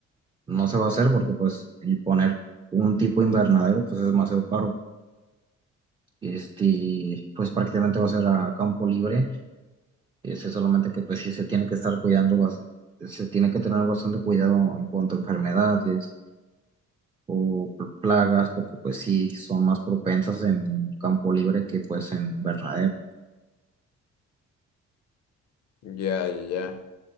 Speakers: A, on the right; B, on the left.
A: no se va a hacer porque pues el poner un tipo invernadero pues es demasiado caro. Este, pues prácticamente va a ser a campo libre. Este, solamente que pues sí se tiene que estar cuidando, bas- se tiene que tener bastante cuidado en cuanto a enfermedades o pl- plagas, porque pues sí son más propensas en campo libre que pues en invernadero.
B: Ya, ya, ya.